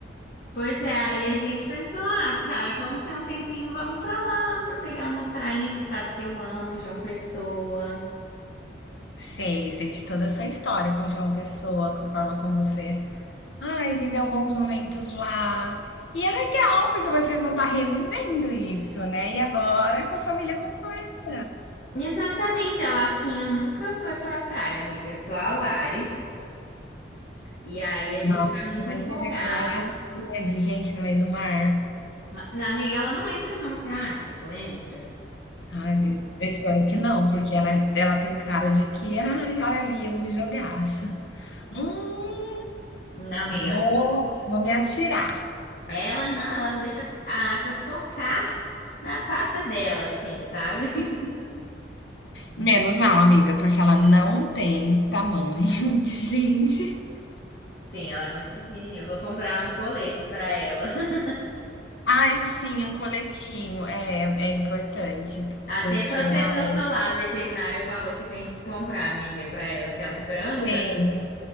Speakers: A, on the left; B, on the left.
A: Pois é, aí a gente pensou, ah, cara, vamos ter um tempinho, vamos pra lá, pra pegar uma prainha, você sabe que eu amo João Pessoa.
B: Sei, sei de toda a sua história com João Pessoa, com a forma como você, ai, vive alguns momentos lá. E é legal, porque vocês vão estar revivendo isso, né? E agora com a família completa.
A: Exatamente, a Lasquinha nunca foi pra praia, amiga, é só a Lari. E aí a gente
B: Nossa,
A: tá muito
B: imagina
A: empolgado.
B: aquela lacinha de gente no meio do mar.
A: Ma- Na amiga, ela não entra não, você acha que ela entra?
B: Ai, eu es- eu espero que não, porque ela, ela tem cara de que, ai, olha ali, eu vou me jogar. <laughs> Hum,
A: Não, amiga,
B: vou, vou me atirar.
A: ela não, ela não deixa a água tocar na pata dela, assim, sabe? <laughs>
B: Menos mal, amiga, porque ela não tem tamanho <laughs> de gente.
A: Sim, ela é muito pequenininha, eu vou comprar um colete pra ela. <laughs>
B: Ai, sim, um coletinho é, é importante,
A: Até
B: porque
A: protetor
B: ela
A: solar, veterinário falou que tem que comprar, amiga, pra ela, que ela é branca.
B: tem.